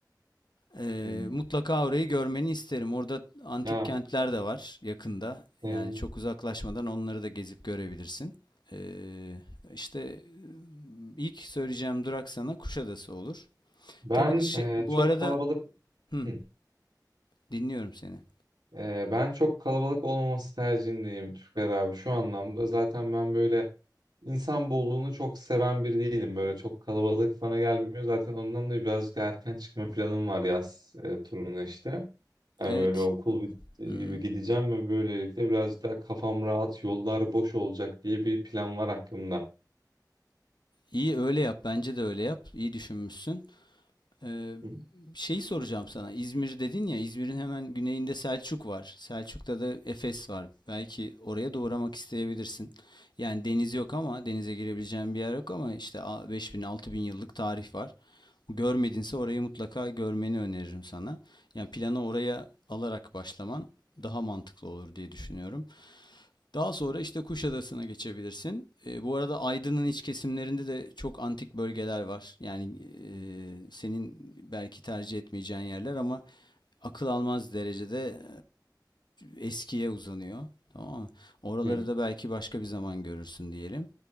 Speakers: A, on the left; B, on the right.
A: Ee,
B: Hmm.
A: mutlaka orayı görmeni isterim. Orada antik
B: Ya
A: kentler de var yakında.
B: e,
A: Yani çok uzaklaşmadan onları da gezip görebilirsin. Ee, işte ilk söyleyeceğim durak sana Kuşadası olur.
B: ben
A: Tabii şey,
B: e,
A: bu
B: çok
A: arada
B: kalabalık.
A: hı,
B: Hı.
A: dinliyorum seni.
B: Ee, ben çok kalabalık olmaması tercihindeyim Türker abi şu anlamda. Zaten ben böyle insan bolluğunu çok seven biri değilim. Böyle çok kalabalık bana gelmiyor. Zaten ondan da birazcık erken çıkma planım var yaz e, turuna işte. Yani
A: Evet.
B: böyle okul bittiği
A: Hı.
B: gibi gideceğim ve böylelikle birazcık daha kafam rahat, yollar boş olacak diye bir plan var aklımda.
A: İyi öyle yap. Bence de öyle yap. İyi düşünmüşsün. Ee,
B: Hı.
A: şeyi soracağım sana. İzmir dedin ya, İzmir'in hemen güneyinde Selçuk var. Selçuk'ta da Efes var. Belki oraya da uğramak isteyebilirsin. Yani deniz yok ama denize girebileceğin bir yer yok ama işte a- 5000 bin altı bin yıllık tarih var. Görmedinse orayı mutlaka görmeni öneririm sana. Yani plana oraya alarak başlaman daha mantıklı olur diye düşünüyorum. Daha sonra işte Kuşadası'na geçebilirsin. E, bu arada Aydın'ın iç kesimlerinde de çok antik bölgeler var. Yani e, senin belki tercih etmeyeceğin yerler ama akıl almaz derecede e, eskiye uzanıyor. Tamam mı? Oraları
B: Hı.
A: da belki başka bir zaman görürsün diyelim.